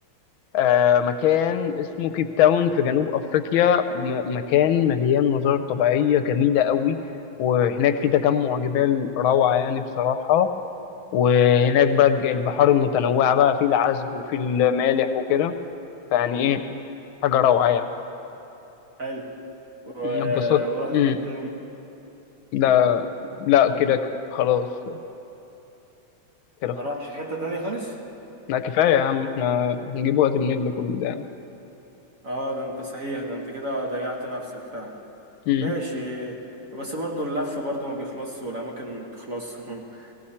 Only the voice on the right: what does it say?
حلو و...
ورحت
فين تاني
ما رحتش في حتة تانية خالص
اه ده انت صحيح ده انت كده ضيعت نفسك فعلا
ماشي بس برضو اللف برضو ما بيخلصش والاماكن ما بتخلصش <laughs>